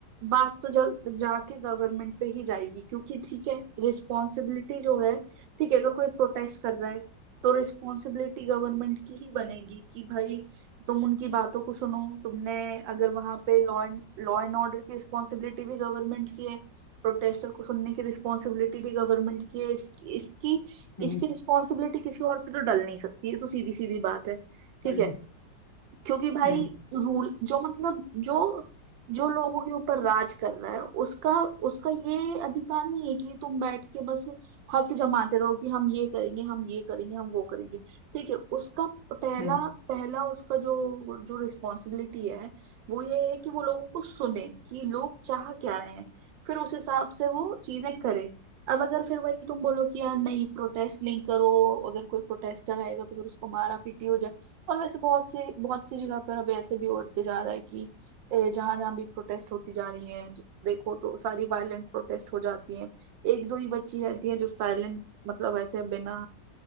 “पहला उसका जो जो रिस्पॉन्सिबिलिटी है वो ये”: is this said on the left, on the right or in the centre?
Right